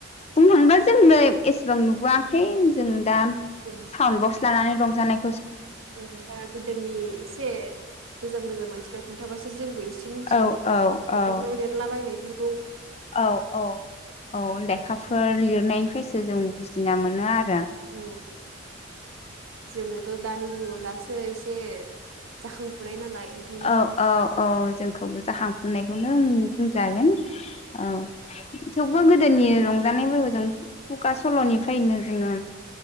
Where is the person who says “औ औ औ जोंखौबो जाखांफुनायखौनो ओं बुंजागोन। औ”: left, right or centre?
Left